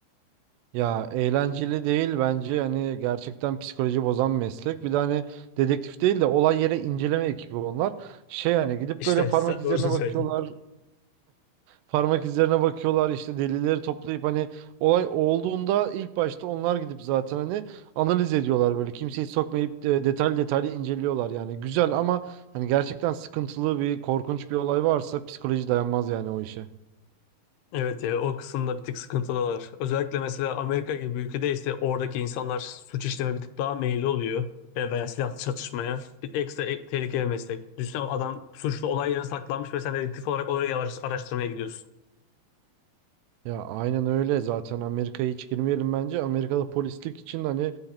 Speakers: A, on the right; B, on the left.
A: Ya eğlenceli değil bence hani gerçekten psikoloji bozan meslek. Bir de hani dedektif değil de olay yere inceleme ekibi onlar. Şey hani gidip
B: İşte
A: böyle parmak
B: sen
A: izlerine
B: doğrusunu
A: bakıyorlar,
B: söyledin.
A: parmak izlerine bakıyorlar işte delilleri toplayıp hani olay olduğunda ilk başta onlar gidip zaten hani analiz ediyorlar böyle kimseyi sokmayıp de detaylı detaylı inceliyorlar yani. Güzel ama hani gerçekten sıkıntılı bir korkunç bir olay varsa psikoloji dayanmaz yani o işe.
B: Evet ya o kısımda bir tık sıkıntılılar. Özellikle mesela Amerika gibi bir ülkede ise oradaki insanlar suç işleme bir tık daha meyilli oluyor. E, veya silahlı çatışmaya. Bir ekstra e- tehlikeli bir meslek. Düşünsene adam suçlu olay yerine saklanmış ve sen dedektif olarak oraya araş- araştırmaya gidiyorsun.
A: Ya aynen öyle zaten Amerika'ya hiç girmeyelim bence. Amerika'da polislik için hani